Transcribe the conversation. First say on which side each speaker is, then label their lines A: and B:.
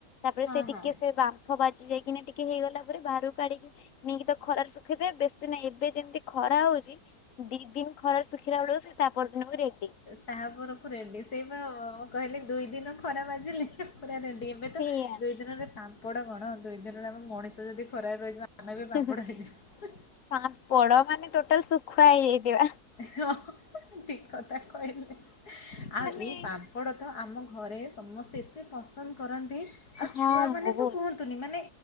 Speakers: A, on the left (about 55°); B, on the left (about 75°).
A: ତାପରେ
B: ହଁ
A: ସେ
B: ହଁ
A: ଟିକଏ ସେ ବାମ୍ ବାମ୍ପ ବାଜିି ଯାଇକିନା ଟିକେ ହେଇଗଲା ପରେ ବାହାରକୁ କାଢିକି ନେଇକି ତ ଖରାରେ ଶୁଖେଇଦବେ ବେଶୀ ନାହିଁ। ଏବେ ଯେମିତି ଖରା ହଉଚି ଦି ଦିନ ଖରାରେ ଶୁଖିଲା ବେଳକୁ ସେ ତା ପର ଦିନକୁ ରେଡି
B: ତାପ ପରକ୍ତ ରେଡି ସେଇବା ମୁଁ କହିଲି ଦୁଇ ଦିନ ଖରା ମାଜିଲେ ପୁରା ରେଡି ହେବା। ଏ ତ
A: ସେଇଆ
B: ଦୁଇ ଦିନରେ ପାମ୍ପଡ଼ କଣ ଦୁଇ ଦିନରେ ଆମ ମଣିଷ ଯଦି ଖରାରେ ରହିଯିବା। ଆମେ ବି ପାମ୍ପଡ଼
A: ପା
B: ହେଇଯିବା।
A: ପୋଡ ମାନେ ଟୋଟାଲ ଶୁଖୁଆ ହେଇଯାଇଥିବା
B: ହଁ ଠିକ୍ କଥା କହିଲେ ଆଉ
A: ମାନେ
B: ଏଇ ପାମ୍ ଅପଡ଼ ତ ଆମ ଘରେ ସମସ୍ତେ ଏତେ ପସନ୍ଦ କରନ୍ତି ଆଉ
A: ହଁ
B: ଛୁଆମାନେ
A: ବହୁତ
B: ତ କୁହନ୍ତି ତୁନି ମାନେ